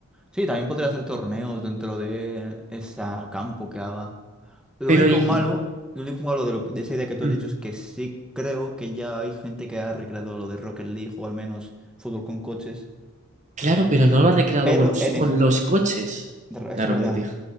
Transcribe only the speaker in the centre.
Sí, también podría hacer torneos dentro de ese campo que haga. Lo
único
malo, lo único malo de, lo- de esa idea que tú
has dicho es que sí creo que ya hay gente que ha recreado lo de Rocket League o al menos fútbol con coches,
pero
en
es,
de re-
eso es verdad.